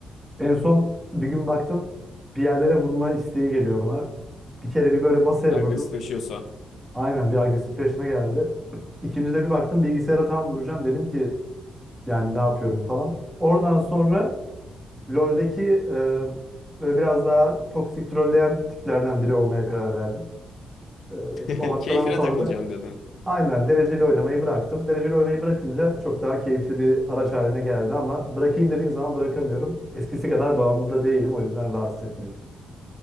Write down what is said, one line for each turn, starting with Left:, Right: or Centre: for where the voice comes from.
Right: En son bir gün baktım bir yerlere vurma isteği geliyor bana. Bir kere bir böyle masaya
Left: agresifleşiyorsa.
Right: vurdum. Aynen bir agresifleşme geldi. İkinci de bir baktım bilgisayara tam vuracağım. Dedim ki yani ne yapıyorum falan. Oradan sonra LoL'deki e, böyle biraz daha toksik trolleyen tiplerden biri olmaya karar verdim. E,
Left: <laughs>
Right: o noktadan
Left: Keyfine
Right: sonra
Left: takılacağım
Right: da
Left: dedin.
Right: aynen dereceli oynamayı bıraktım. Dereceli oynamayı bırakınca çok daha keyifli bir araç haline geldi ama bırakayım dediğim zaman bırakamıyorum. Eskisi kadar bağımlı da değilim o yüzden rahatsız etmiyor.